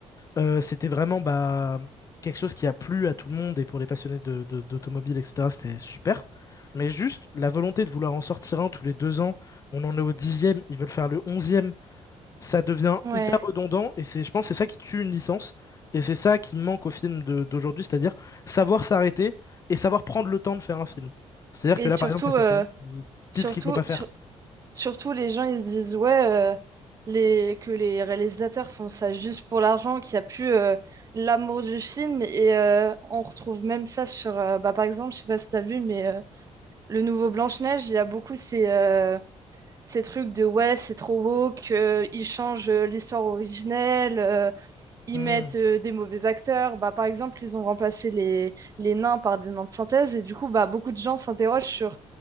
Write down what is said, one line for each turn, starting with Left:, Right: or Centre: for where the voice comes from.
Left: Euh, c'était vraiment bah, quelque chose qui a plu à tout le monde et pour les passionnés de, de- d'automobile, etc. C'était super. Mais juste la volonté de vouloir en sortir un tous les deux ans, on en est au dixième, ils veulent faire le onzième, ça devient
Right: Ouais.
Left: hyper redondant et c'est, je pense, que c'est ça qui tue une licence et c'est ça qui manque au film de- d'aujourd'hui, c'est-à-dire savoir s'arrêter et savoir prendre le temps de faire un film. C'est-à-dire
Right: Et
Left: que là,
Right: surtout,
Left: par exemple, Fast
Right: euh,
Left: and Furious, c'est
Right: surtout,
Left: pile ce qu'il faut pas faire.
Right: sur- Surtout, les gens, ils se disent, ouais, euh, les, que les réalisateurs font ça juste pour l'argent, qu'il n'y a plus euh, l'amour du film. Et euh, on retrouve même ça sur, euh, bah, par exemple, je sais pas si tu as vu, mais euh, le nouveau Blanche-Neige, il y a beaucoup ces, euh, ces trucs de, ouais, c'est trop beau, qu'ils changent euh, l'histoire originelle. euh, ils
Left: Hmm.
Right: mettent euh, des mauvais acteurs. Bah, par exemple, ils ont remplacé les, les nains par des nains de synthèse. Et du coup, bah, beaucoup de gens s'interrogent sur